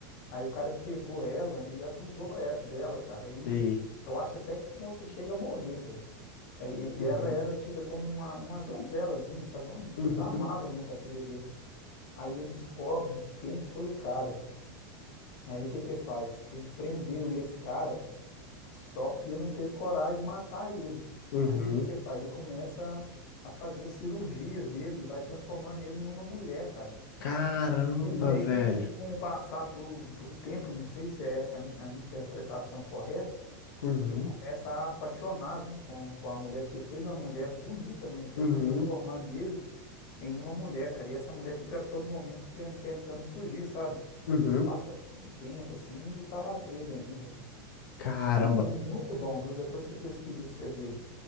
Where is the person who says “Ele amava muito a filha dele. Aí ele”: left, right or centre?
Left